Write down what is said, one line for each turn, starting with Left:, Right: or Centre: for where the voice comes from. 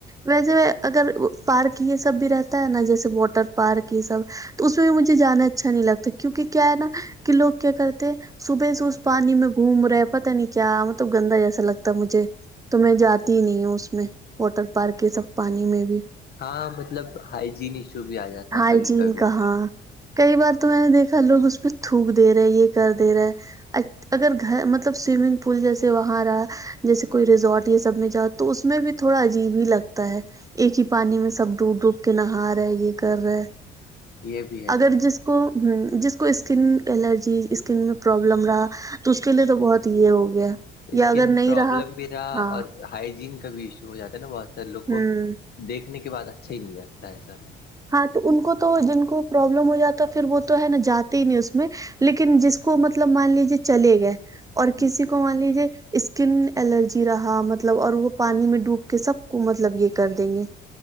Right: ویسے اگر پارک یہ سب بھی رہتا ہے نا جیسے واٹر پارک یہ سب تو اس میں بھی مجھے جانا اچھا نہیں لگتا کیونکہ کیا ہے نا کہ لوگ کیا کرتے ہیں صبح سے اس پانی میں گھوم رہے ہیں پتاہ نہیں کیا مطلب گندا جیسا لگتا ہے مجھے تو میں جاتی ہی نہیں ہوں اس میں واٹر پارک یہ سب پانی میں بھی
Left: ہاں مطلب ہائجین ایشو بھی آ جاتا
Right: ہائجین
Left: ہے کبھی کبھی
Right: کا ہاں کئی بار تو میں نے دیکھا لوگ اس پہ تھوک دے رہے یہ کر دے رہے ہے اچ اگر گھر مطلب سوئمنگ پول جیسے وہاں رہا جیسے کوئی ریزورٹ یہ سب میں جاؤ تو اس میں بھی تھوڑا عجیب ہی لگتا ہے ایک ہی پانی میں سب ڈوب ڈوب کے نہا رہا ہے یہ کر رہا
Left: یہ بھی ہے
Right: اگر جس کو ہ جس کو اسکن الرجی اسکن میں پروابلم رہا تو اس کے لیے تو بہت یہ ہو گیا
Left: اسکن
Right: یا اگر نہیں
Left: پرابلم
Right: رہا
Left: بھی رہا
Right: ہاں
Left: اور ہائجین کا بھی ایشو ہو جاتا ہے نا بہت سارے لوگ
Right: ہوں
Left: کو دیکھنے کے بعد اچھا ہی نہیں لگتا ہے سر
Right: ہاں تو ان کو تو جن کو پرابلم ہو جاتا ہے پھر وہ تو ہے نا جاتے ہی نہیں اس میں لیکن جس کو مطلب مان لیجیے چلے گئے اور
Left: ہ
Right: کسی کو مان لیجیے اسکن الرجی رہا مطلب اور وہ پانی میں ڈوب کے سب کو مطلب یہ کر دیں گے